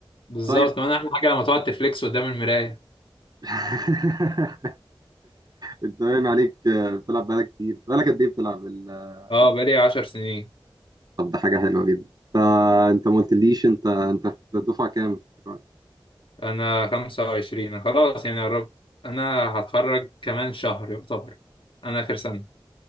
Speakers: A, on the left (about 70°); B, on the right (about 45°).
A: بالظبط
B: طيب
A: كمان احلى حاجه لما تقعد تفليكس قدام المرايه
B: <laughs> انت باين عليك بتلعب بقالك كتير بقالك قد ايه بتلعب ال-
A: اه
B: الجيم؟
A: بقالي 10 سنين
B: طب ده حاجة حلوة جدا انت انت ما قلتليش انت انت في الدفعة كام دلوقتي؟
A: انا 25 خلاص يعني قربت انا هتخرج كمان شهر يعتبر انا اخر سنه